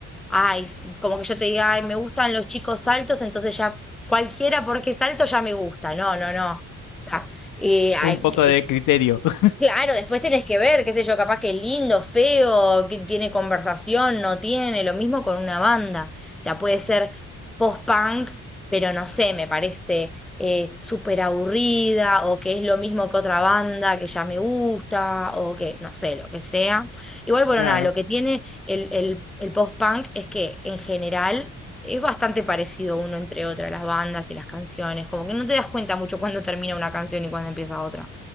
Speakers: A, in the centre; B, on the left.
A: ay, sí, como que yo te diga, ay, me gustan los chicos altos, entonces ya cualquiera porque es alto ya me gusta. No, no, no. O sea, eh, hay-
B: un poco de
A: eh,
B: criterio. <laughs>
A: Claro, después tenés que ver, qué sé yo, capaz que es lindo, feo, que tiene conversación, no tiene, lo mismo con una banda. O sea, puede ser post-punk, pero no sé, me parece eh, súper aburrida, o que es lo mismo que otra banda que ya me gusta, o que, no sé, lo que sea. Igual, bueno,
B: Claro,
A: nada, lo que tiene el, el, el post-punk es que en general es bastante parecido uno entre otra, las bandas y las canciones, como que no te das cuenta mucho cuándo termina una canción y cuándo empieza otra.